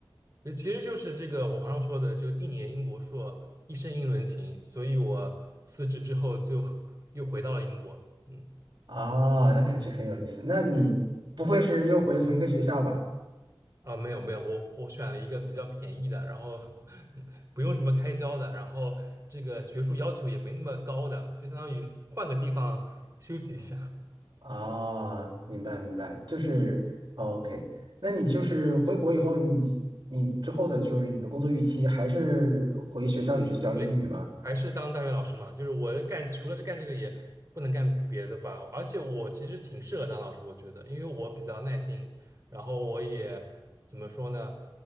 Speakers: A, on the right (about 35°); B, on the right (about 55°).
A: 呃其实就是这个网上说的这个一年英国硕，一生英伦情，所以我辞职之后就 <laughs> 又回到了英国。嗯。
B: 哦，那还是很有意思。那你不会是又回同一个学校吧？
A: 啊，没有没有，我我选了一个比较便宜的，然后 <laughs> 不用什么开销的，然后这个学术要求也没那么高的，就相当于 <laughs> 换个地方休息一下。
B: 哦，明白明白，就是哦 OK。那你就是回国以后你，你之后的就是你的工作预期还是回学校里去教英语吗？
A: <laughs> 对，还是当大学老师嘛，就是我干除了干这个也不能干别的吧，而且我其实挺适合当老师，我觉得，因为我比较耐心，然后我也怎么说呢，